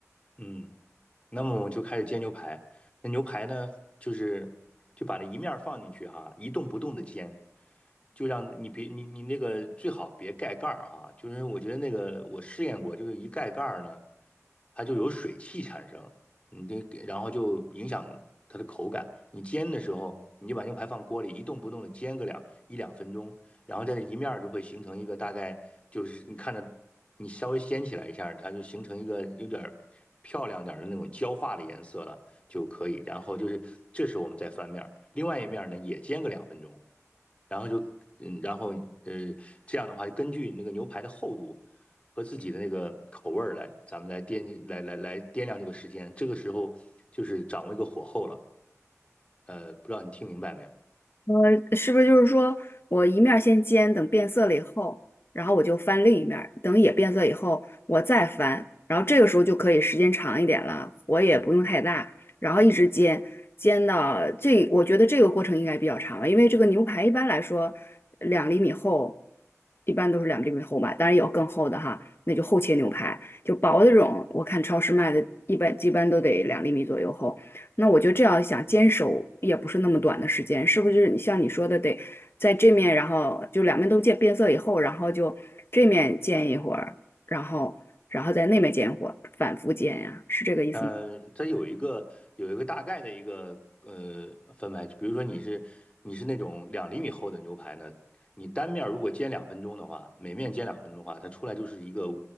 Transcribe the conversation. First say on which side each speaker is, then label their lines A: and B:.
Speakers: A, on the left; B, on the left.
A: 嗯，那么我就开始煎牛排。那牛排呢，就是就把那一面儿放进去哈、一动不动的煎，就让你别你你那个最好别盖盖儿哈、就是我觉得那个我试验过，就是一盖盖儿呢，它就有水汽产生，你这然后就影响它的口感。你煎的时候，你就把牛排放锅里一动不动的煎个两一两分钟，然后在这一面儿就会形成一个大概就是你看着你稍微掀起来一下它就形成一个有点儿漂亮点的那种焦化的颜色了就可以。然后就是这时候我们再翻面儿，另外一面儿呢也煎个两分钟，然后就嗯，然后呃这样的话，根据那个牛排的厚度。和自己的那个口味儿来，咱们来掂来来来掂量这个时间。这个时候就是掌握一个火候了。呃，不知道你听明白没有？
B: 呃，是不是就是说我一面儿先煎，等变色了以后，然后我就翻另一面儿，等也变色以后，我再翻，然后这个时候就可以时间长一点了，火也不用太大，然后一直煎，煎到这，我觉得这个过程应该比较长吧，因为这个牛排一般来说两厘米厚，一般都是两厘米厚吧，当然有更厚的哈，那就厚切牛排，就薄的这种，
A: 嗯
B: 我看超市卖的，一般一般都得两厘米左右厚。那我就这样想，坚守也不是那么短的时间，是不是？像你说的，得在这面，然后就两面都见变色以后，然后就这面见一会儿，然后然后在那面见一会儿，反复见呀，是这个意思吗？
A: 呃，它有一个有一个大概的一个呃分排，就比如说你是你是那种两厘米厚的牛排呢，你单面如果煎两分钟的话，每面煎两分钟的话，它出来就是一个